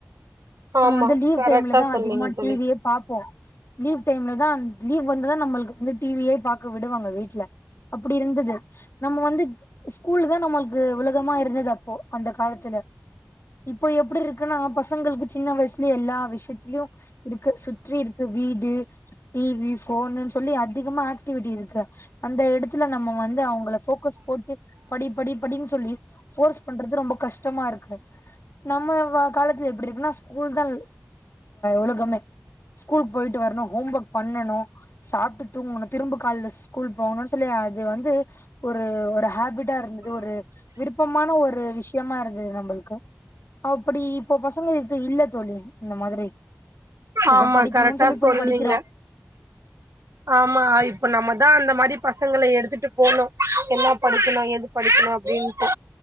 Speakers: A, on the left; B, on the right.
A: நம்ம
B: ஆமா
A: வந்து லீவ்
B: கரெக்டா
A: டைம்லதா
B: சொன்னீங்க
A: அதிகமா
B: தோழி
A: டி வி யே பாப்போ லீவ் டைம்ல தா லீவ் வந்துதா நம்ளுக்கு வந்து டி வி யே பாக்க விடுவாங்க வீட்ல அப்புடி இருந்துது நம்ம வந்து ஸ்கூல்லு தா நம்முளுக்கு உலகமா இருந்துது அப்போ அந்த காலத்துல இப்போ எப்டி இருக்குன்னா பசங்களுக்கு சின்ன வய்சுலயே எல்லா விஷ்யத்திலியு இருக்கு சுற்றி இருக்கு வீடு டிவி போன்னுன்னு சொல்லி அதிகமா ஆக்டிவிட்டி இருக்கு அந்த இடத்துல வந்து அவங்கள போக்கஸ் போட்டு படி படி படின்னு சொல்லி போர்ஸ் பண்றது ரொம்ப கஷ்டமா இருக்கு நம்ம காலத்துல எப்படி இருக்குனா ஸ்கூல் தான் உலகமே ஸ்கூலுக்கு போயிட்டு வரணும் ஹோம் ஒர்க் பண்ணணும் சாப்ட்டு தூங்கணும் திரும்ப கால்ல ஸ்கூல் போகணும்ன்னு சொல்லி அது வந்து ஒரு ஒரு ஹேபிட்டா இருந்தது ஒரு விருப்பமான ஒரு விஷயமா இருந்தது நம்மளுக்கு அப்புடி இப்போ பசங்க இப்ப இல்ல தோழி இந்த மாதிரி ஏதோ
B: ஆமா
A: படிக்கணும்ன்னு
B: கரெக்டா
A: சொல்லி போய்
B: சொன்னீங்க
A: படிக்
B: ஆமா இப்ப நம்மதான் அந்த மாதிரி பசங்கள எடுத்துட்டு போணும் என்ன படிக்கணும் எது படிக்கெணு அப்டின்ட்டு